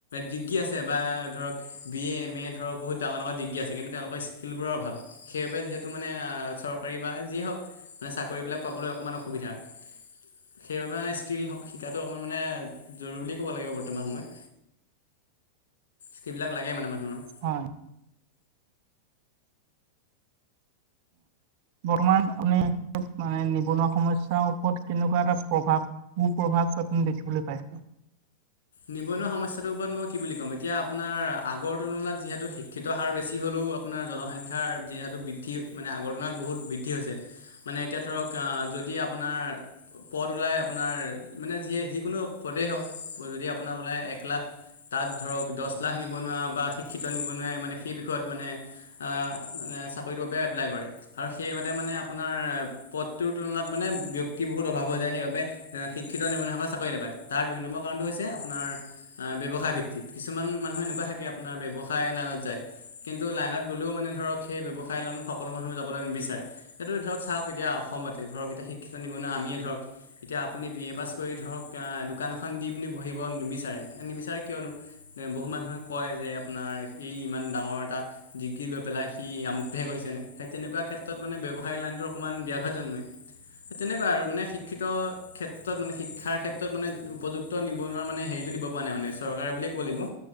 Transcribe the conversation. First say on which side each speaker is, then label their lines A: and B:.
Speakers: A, on the left; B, on the right.
A: ডিগ্ৰী আছে বা ধৰক', বি এ, এম এ, ধৰক বহুত ডাঙৰ - ডাঙৰ ডিগ্ৰী আছে কিন্তু তেওঁলোকৰ স্কিল্লবোৰৰ অভাৱ', সেইবাবে যিহেতু মানে আহ', চৰকাৰী বা যিয়ে হওঁক মানে চাকৰি বিলাক পাবলৈ অকণমান অসুবিধা', সেইবাবে মানে স্কিল্ল স', -শিকাটো অকণমান মানে জৰুৰী বুলি ক'ব লাগিব বৰ্তমান সময়ত', সেইবিলাক লাগে মানে মানুহৰ',
B: হয়', বৰ্তমান আপুনি ক? মানে নিবনুৱা সমস্যাৰ ওপৰত কেনেকুৱা এটা প্ৰভাৱ - কু প্ৰভাৱ আপুনি দেখিবলৈ পাইছে?
A: নিবনুৱা সমস্যাটোৰ ওপৰত মই কি বুলি ক'ম এতিয়া আপোনাৰ আগৰ তুলনাত যিহেতু শিক্ষিত হাৰ বেছি হ'লেও', আপোনাৰ জনসংখ্যাৰ যিহেতু বৃদ্ধি মানে আগৰ তুলনাত বহুত বৃদ্ধি হৈছে', মানে এতিয়া ধৰক অহ', যদি আপোনাৰ', পদ ওলাই আপোনাৰ মানে যিয়ে যিকোনো পদেই হওঁক, যদি আপোনাৰ ওলাই এক লাখ', তাত ধৰক দহ লাখ নিবনুৱা বা শিক্ষিত নিবনুৱাই মানে সেই বিষয়ত মানে', অহ', মানে চাকৰিটোৰ বাবে এপ্লাই কৰে', আৰু সেইমতে মানে আপোনাৰ, পদটোৰ তুলনাত মানে ব্যক্তি বহুত অভাৱ হৈ যায় সেইবাবে', এ শিক্ষিত নিবনুৱা সকলে চাকৰি নাপায়, তাৰ দুই নম্বৰ কাৰণটো হৈছে আপ', আপোনাৰ, অ', ব্যৱসায় ভিত্তিত, কিছুমান মানুহ এনেকুৱা থাকে আপোনাৰ ব্যৱসায় লাইনত যায়', কিন্তু লাইনত গ'লেও মানে ধৰক সেই ব্যৱসায় লাইনত সকলো মানুহ যাবলৈ নিবিচাৰে', সেইটো ধৰক চাওঁক এতিয়া অসমতে, ধৰক এতিয়া শিক্ষিত নিবনুৱা আমিয়ে ধৰক', এতিয়া আপুনি বি এ পাছ কৰি ধৰক অহ', দোকান এখন দি পিনি বহিব নিবিচাৰে, এ', নিবিচাৰে কিয়নো? এ বহুত মানুহে কয় যে আপোনাৰ এই ইমান ডাঙৰ এটা', ডিগ্ৰী লৈ পেলাই সি আমোকটোহে কৰিছে নে, সেই তেনেকুৱা ক্ষেত্ৰত মানে ব্যৱসায়িক লাইনটো অকণমান ব্যাঘাত জন্মে', হে, তেনেকুৱা আৰু মানে শিক্ষিত ক্ষেত্ৰত মানে শিক্ষাৰ ক্ষেত্ৰত মানে উপযুক্ত নিব', নিবনুৱা মানে হেৰিটো দিব পৰা নাই মানে চৰকাৰে বুলিয়ে ক'ব লাগিব',